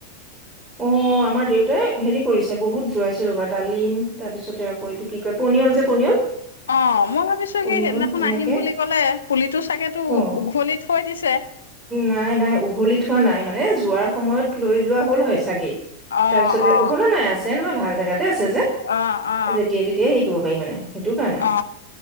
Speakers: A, in the centre; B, on the left.
A: অ'আমাৰ দেউতাই হেৰি কৰিছে বহুত জোৱাইছো ৰবা ডালিম তাৰপিছতে আকৌ এইটো কি কয় পনিয়ল যে পনিয়ল।
B: অ'মই ভাবিছো
A: পনিয়ল
B: কি সেইদিনাখন
A: এনেকে
B: আহিম বুলি ক'লে পুলিটো চাগেতো
A: অ
B: উঘলি কৈ দিছে।
A: নাই, নাই উঘলি থোৱা নাই মানে যোৱাৰ সময়ত লৈ যোৱা হল, হয় চাগেই।
B: অ
A: তাৰপিছতে
B: অ
A: উপলা নেছ। নহয় ভাল জেগাত এই আছে যে
B: অ অ
A: যেতিয়া তেতিয়া হবএই মানে? সেইটো কাৰণে
B: অ